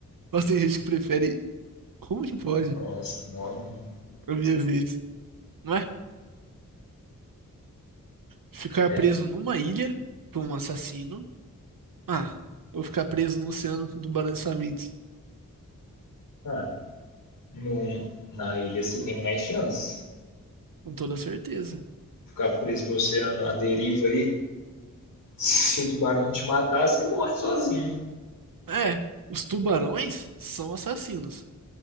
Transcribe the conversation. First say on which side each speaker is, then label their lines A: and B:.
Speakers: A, on the right (about 75°); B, on the left (about 75°).
A: Mas tem gente que prefere. Como que pode?
B: Nossa, não, não.
A: A minha vez. Não é? Ficar
B: É.
A: preso numa ilha com um assassino. Ah, ou ficar preso no oceano com tubarões famintos.
B: Ah, no, na ilha você tem mais chance.
A: Com toda certeza.
B: Ficar preso no oceano, a deriva aí, Se
A: S-
B: o tubarão te matar, você morre sozinho.
A: É, os tubarões são assassinos.